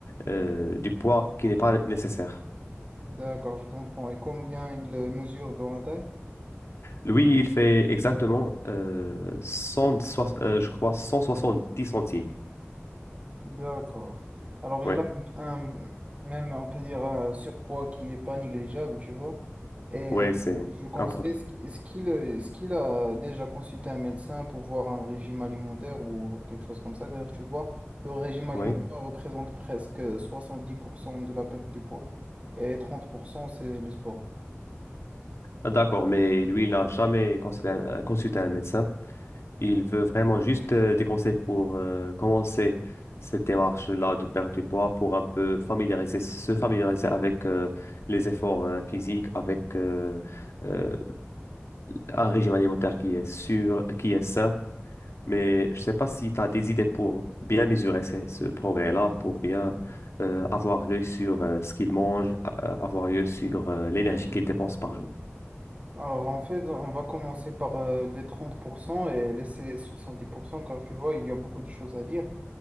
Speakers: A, on the left; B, on the right.
A: euh, du poids qui n'est pas nécessaire.
B: D'accord, je comprends. Et combien il euh, mesure dans la taille?
A: Lui, il fait exactement euh, 100, soix- euh, je crois 170 centimes.
B: D'accord. Alors, il
A: Oui,
B: a un, même, on peut dire, un surpoids qui n'est pas négligeable, tu vois. Et
A: oui,
B: euh,
A: c'est
B: je conseille,
A: important.
B: est-ce qu'- est-ce qu'il euh, est-ce qu'il a déjà consulté un médecin pour voir un régime alimentaire ou quelque chose comme ça? Car tu vois, le régime alimentaire
A: Oui,
B: représente presque 70% de la perte du poids et 30% c'est le sport.
A: d'accord, mais lui, il n'a jamais consulté un, euh, consulté un médecin. Il veut vraiment juste euh, des conseils pour euh, commencer cette démarche-là de perdre du poids pour un peu familiariser, se familiariser avec euh, les efforts euh, physiques, avec euh, euh, un régime alimentaire qui est sûr, qui est sain. Mais je ne sais pas si tu as des idées pour bien mesurer ce, ce progrès-là, pour bien euh, avoir l'œil sur euh, ce qu'il mange, a- avoir l'œil sur euh, l'énergie qu'il dépense par jour.
B: Alors en fait, on va commencer par euh, les 30% et laisser les 70% car tu vois, il y a beaucoup de choses à dire.